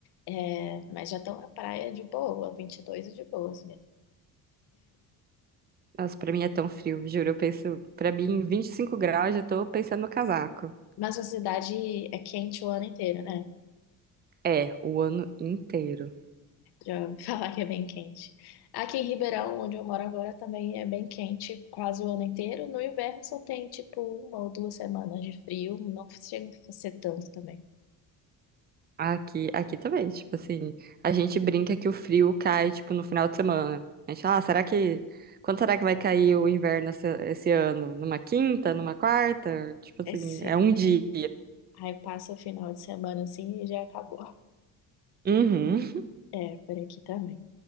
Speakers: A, on the left; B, on the right.
A: é, mas já estão na praia de boa, 22 é de boas mesmo.
B: Nossa, pra mim é tão frio, juro. Eu penso, pra mim, 25 graus, já tô pensando no casaco.
A: Mas a cidade é quente o ano inteiro, né?
B: É, o ano inteiro.
A: Já ouvi <laughs> falar que é bem quente. Aqui em Ribeirão, onde eu moro agora, também é bem quente quase o ano inteiro. No inverno só tem, tipo, uma ou duas semanas de frio, não chega a ser tanto também.
B: Aqui, aqui também, tipo assim, a gente brinca que o frio cai, tipo, no final de semana. A gente fala, ah, será que, quando será que vai cair o inverno esse, esse ano? Numa quinta, numa quarta? Tipo assim,
A: É se-
B: é um dia.
A: Aí passa o final de semana assim e já acabou.
B: Uhum.
A: É, por aqui também.